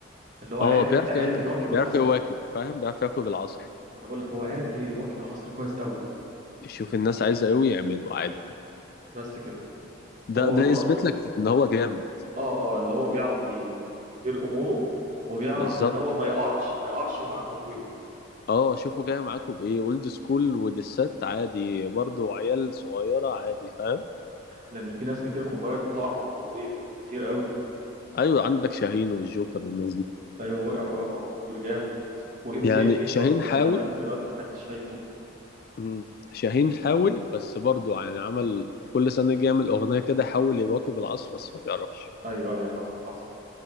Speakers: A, on the right; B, on the left.
A: اللي هو عرف
B: اه بيعرف
A: عرف
B: يعمل
A: يواكب
B: بيعرف
A: العصر
B: يواكب فاهم بيعرف يواكب العصر
A: ما انا بقول لك هو عرف يواكب العصر كويس قوي
B: يشوف الناس عايزة ايه ويعمله عادي
A: بس كده
B: ده
A: هو
B: ده
A: الراجل
B: يثبت لك ان هو جامد
A: اه اه اللي هو بيعرف ي- يدير اموره وبيعرف
B: بالظبط
A: ان هو ما يقعش ما يقعش مع التطوير
B: اه شوفوا جاي معاكم بايه اولد سكول ودسات عادي برضو عيال صغيره عادي فاهم
A: لان في ناس كتير خد بالك بتقع مع التطوير كتير قوي
B: ايوه عندك شاهين والجوكر والناس دي
A: ايوه وقع وقع مع التطوير جامد وام سي
B: يعني
A: امين
B: شاهين
A: برضو كان
B: حاول
A: زمان دلوقتي ما حدش شايفه
B: مم. شاهين حاول بس برضو يعني عمل كل سنه يجي يعمل اغنيه كده يحاول يواكب العصر بس ما بيعرفش
A: ايوه ايوه حصل حصل